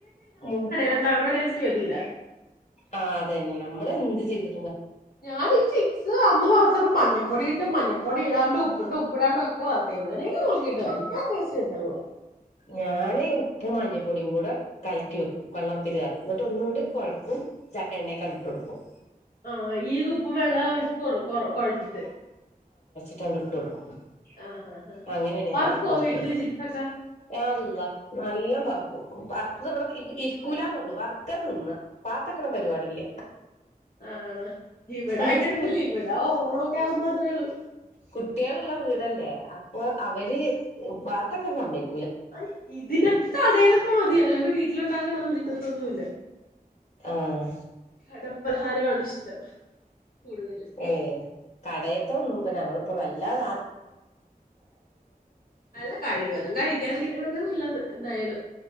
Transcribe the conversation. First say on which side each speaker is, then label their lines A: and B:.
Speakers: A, on the left; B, on the left.
A: മൂ
B: ണ്ടാക്കണ ടേസ്റ്റ് വരൂല.
A: ആഹ് അതന്നെ നമ്മള് എന്ത് ചെയ്തി
B: ഞാൻ ഈ ചിക്സ് അന്ന് പറിച്ചപ്പോ മഞ്ഞപ്പൊടിയിട്ടും മഞ്ഞപ്പൊ പ്പൊടി ഇടാണ്ട് ഉപ്പിട്ട് ഉപ്പിടാണ്ടും ഒക്കെ വറുത്ത് എങ്ങനെയൊക്ക നോക്കിട്ട് എനിക്ക ആ ടേയ്സ്റ്റ് കട്ടണില്ല
A: ഞാൻ ഉപ്പും മഞ്ഞപ്പൊടിയും കൂട കലക്കി വെക്കും വെള്ളം ഒത്തിരി ഇതാക്കും എന്നിട്ട് ഒന്നൂടി കുഴക്കും ച എണ്ണെ കങ്ങിട്ട്കൊടുക്കും
B: ആഹ് ഈ ഉപ്പും വെള്ളം ഒഴി കൊടു കൊഴ് കുഴച്ചിട്ട്
A: റ്റാ ഇട്ട് കൊടുക്കും
B: ആഹ് ആഹ് ആാഹ്
A: അങ്ങനെയാണ്
B: വറുക്കുവോ
A: ഞാനൊക്കെ പൊരിക്കല്
B: വീട്ടില് ചിപ്സൊക്കെ
A: യാ അള്ളാ നല്ല വർക്കും വറുത്തത് ഇവിട ഇത് ഇരിക്കൂലാന്നുള്ളു വർക്ക തിന്ന്ക പാത്തക്കണ പരിപാടില്ല
B: ആണ ഇവിടെ
A: എന്താച്ചാ
B: അങ്ങനെയൊന്നുല്ല ഇവിട ഓണൊക്കാകുമ്പ മാത്രേള്ളു
A: കുട്ടികള്ള്ള വീടല്ലേ അപ്പൊ അവര് വാത്തൊക്കെ സമയ്
B: ആയ് ഇതിനൊക്കെ കടയിലത്തെ മതി അല്ലാണ്ട് വീട്ടിലൊണ്ടാക്കണ തോന്നും തിന്നതി ത്തോന്നുല്ല
A: ആഹ്
B: കടപ്പലഹാരമാണ് ഇഷ്ടം കൂടുതല്
A: ഏ കടയപ്പ ഒന്നും ഇപ്പ ഞങ്ങളിപ്പോ വല്ല <unintelligible>
B: അല്ല കഴിവ തും കഴിക്കാതിരിക്കണംത നല്ലത് എന്തായാലും